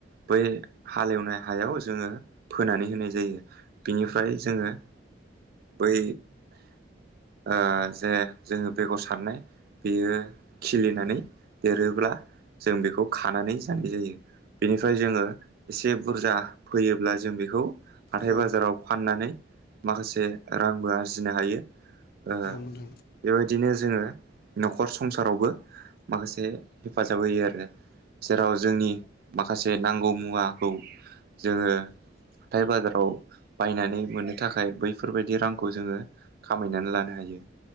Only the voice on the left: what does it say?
औ
औ नोंथां औ नोंथां औ नोंथां औ नोंथां औ